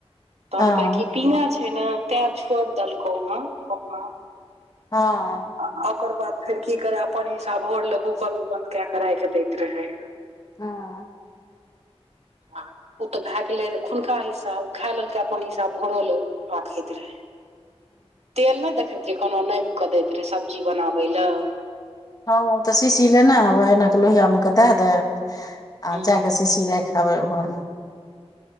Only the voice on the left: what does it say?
हँ
हँ
हँ।
हँ तऽ शीशी लेने आबै एना कऽ लोहिया मे क दए दे आ
जाक से शीशी रैख आबै घोर में